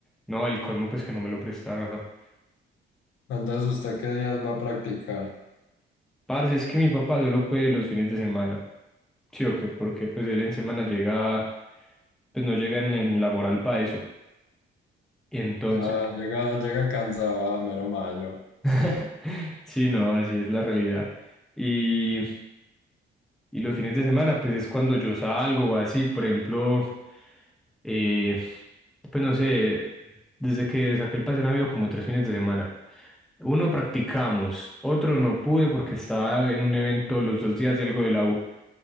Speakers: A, in the centre; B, on the left.
A: No, el colmo, pues que no me lo prestaron, ajá.
B: Entonces, ¿usted qué días va a practicar?
A: Parce, es que mi papá solo puede los fines de semana. Sí, o qué, porque pues él en semana llega, pues no llega en, en la moral para eso. Entonces,
B: Ah, llega, llega cansado, ah, mero malo.
A: <laughs> sí, no, así es la realidad. Y, y los fines de semana, pues es cuando yo salgo o así, por ejemplo, eh, pues no sé, desde que saqué el pase han habido como tres fines de semana. Uno practicamos, otro no pude porque estaba en un evento los dos días de algo de la U.